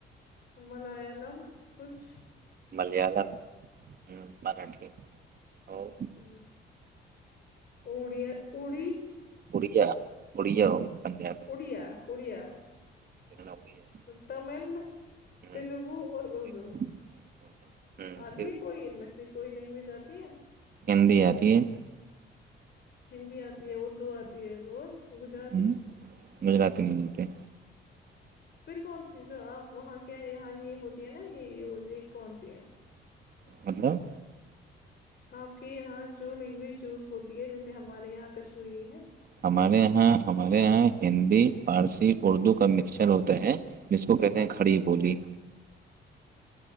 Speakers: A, on the left (about 55°); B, on the right (about 50°).
A: مللم کچھ
B: ملیالم ہ مراٹی اور
A: ہ اڑیا اڑی
B: اڑیا اڑیا پنجاب
A: اڑیا اڑیا
B: اڑیا
A: تمل
B: ہے،
A: تیلگو
B: ہوں
A: اور اردو
B: تیلگو اردو ہوں
A: آدھی
B: پھر
A: ہے کوئی ان میں سےھ کوئی لینگویج آتی ہے
B: گندی آتی ہے
A: ہندی آتی ہے اردو آتی ہے اور گجراتی
B: ہوں گجرات نہیں نتے
A: پھر کون سی جو آپ وہاں کیا یہاں یہ ہوتی ہے نا یہ یز کون سی ہے
B: مطلب
A: آپ کے یہاں جو لینگویج یوز ہوتی ہے جیسے ہمارے یہاں کشمیری ہے
B: ہمارے یہاں ہمارے یہاں ہندی فارسی اردو کا مکسچر ہوتا ہے مس کو کہتے ہیں کھڑی بولی